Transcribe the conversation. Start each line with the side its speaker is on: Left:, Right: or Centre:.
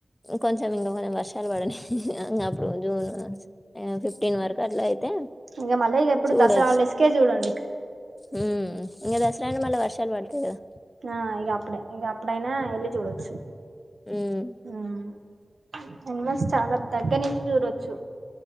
Left: కొంచం ఇంకా కొంచెం వర్షాలు పడని అప్పుడు జూన్ ఫిఫ్టీన్ వరకు అట్లా అయితే
Right: ఇంక మళ్ళీ ఇక ఎప్పుడు
Left: చూడొచ్చు
Right: దసరా హాలిడేస్కే చూడండి
Left: హమ్ ఇంకా దసరా అంటే మల్లా వర్షాలు పడతాయి కదా
Right: ఆ ఇక అప్పుడే ఇక అప్పుడైనా వెళ్ళి చూడొచ్చు
Left: మ్మ్
Right: హమ్ <unintelligible> చాలా దగ్గర నుంచి చూడొచ్చు